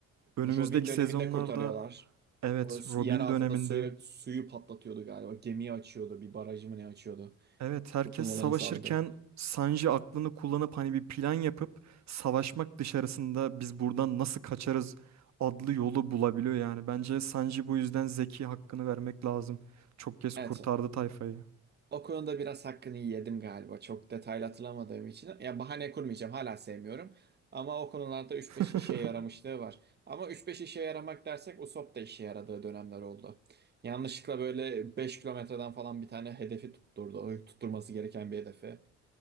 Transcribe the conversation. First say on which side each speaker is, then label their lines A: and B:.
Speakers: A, on the right; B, on the right.
A: Önümüzdeki
B: Robin döneminde
A: sezonlarda
B: kurtarıyorlar.
A: evet
B: O s-
A: Robin
B: yer altında
A: döneminde
B: suya, suyu patlatıyordu galiba. Gemiyi açıyordu. Bir barajı mı ne açıyordu.
A: Evet, herkes
B: Kurtulmalarını
A: savaşırken
B: sağladı.
A: Sanji aklını kullanıp hani bir plan yapıp savaşmak dışarısında biz buradan nasıl kaçarız adlı yolu bulabiliyor yani. Bence Sanji bu yüzden Zeki hakkını vermek lazım. Çok kez
B: Evet.
A: kurtardı tayfayı.
B: O konuda biraz hakkını yedim galiba. Çok detaylı hatırlamadığım için. Ya bahane kurmayacağım. Hala sevmiyorum. Ama o konularda 3-5
A: <laughs>
B: işe yaramışlığı var. Ama üç beş işe yaramak dersek Usopp da işe yaradığı dönemler oldu. Yanlışlıkla böyle 5 kilometreden falan bir tane hedefi tutturdu. O tutturması gereken bir hedefi.